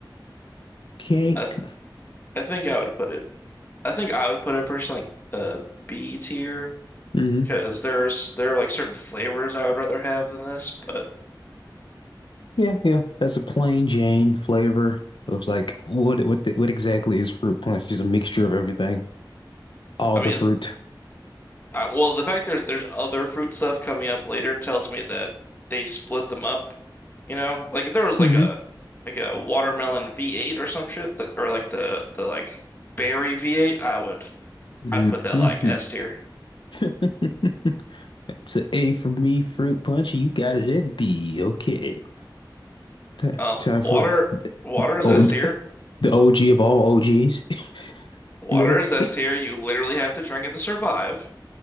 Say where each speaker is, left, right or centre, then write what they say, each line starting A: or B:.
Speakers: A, on the left; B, on the left.
A: cake.
B: I th I think I would put it. I think I would put it personally like uh B tier
A: hmm
B: because there's there are like certain flavors I would rather have than this, but.
A: Yeah, yeah. That's a plain Jane flavor It was like what what the, what exactly is fruit punch? Just a mixture of everything, all
B: I
A: the
B: mean, it's,
A: fruit.
B: uh, well, the fact there's there's other fruit stuff coming up later tells me that they split them up. You know, like if there was
A: hmm
B: like a like a watermelon V8 or some shit that, or like the the like berry V8, I would
A: hmm
B: I'd put that like S tier.
A: <laughs> It's a A for me, fruit punch. You got it at B. Okay. <laughs>
B: Um,
A: Time for
B: water
A: the,
B: water
A: the
B: is
A: old
B: S tier.
A: the OG of all OGs. <laughs>
B: Water
A: Literally.
B: is S tier. You literally have to drink it to survive.